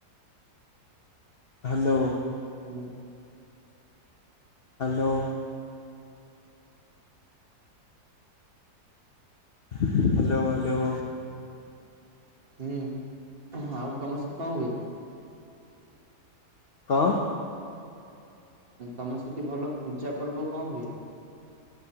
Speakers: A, on the left (about 60°); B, on the right (about 40°).
A: ହ୍ୟାଲୋ।
B: ହୁଁ
A: ହ୍ୟାଲୋ। Hello, hello.
B: ହୁଁ, ଆଉ ତମ ସେଠି କଣ ହୁଏ?
A: କଣ?
B: ତମ ସେଠି ଭଲ ପୂଜା ପର୍ବ କଣ ହୁଏ?